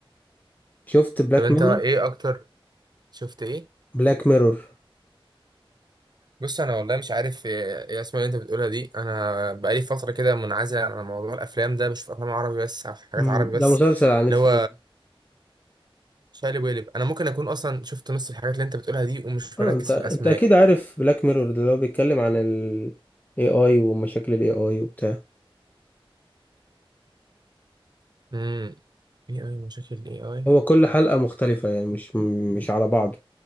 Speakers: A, on the left; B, on the right.
A: شفت بلاك
B: طب انت
A: ميرور
B: ايه اكتر شفت ايه
A: بلاك ميرور
B: بص انا والله مش عارف ايه إيه اسمها اللي انت بتقولها دي انا بقالي فتره كده منعزل عن موضوع الافلام ده بشوف افلام عربي بس او حاجات
A: امم
B: عربي بس
A: ده مسلسل على
B: اللي
A: نتفليكس
B: هو شقلب وقلب انا ممكن اكون اصلا شفت نص الحاجات اللي انت بتقولها دي ومش
A: اه
B: مركز
A: انت انت
B: في الاسماء
A: اكيد عارف بلاك ميرور ده اللي هو بيتكلم عن ال AI ومشاكل ال AI وبتاع
B: امم ايه اي مشاكل الاي اي
A: هو كل حلقة مختلفة يعني مش مش على بعض